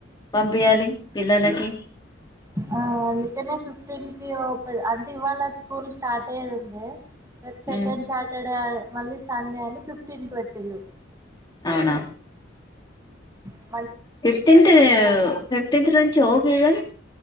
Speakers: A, on the left (about 20°); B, on the right (about 15°).
A: పంపియాలి పిల్లలకి
B: ఆ అందుకనే ఫిఫ్టీన్ కి అంటే ఇవాళ స్కూల్ స్టార్ట్ అయ్యేదుంది రేప్ సెకండ్
A: ఉమ్
B: సాటర్డే మళ్ళీ సండే అని ఫిఫ్టీన్ పెట్టిలు
A: అవునా
B: ఆ
A: ఫిఫ్టీన్త్ ఫిఫ్టీన్త్ నుండ్ ఓకేగానీ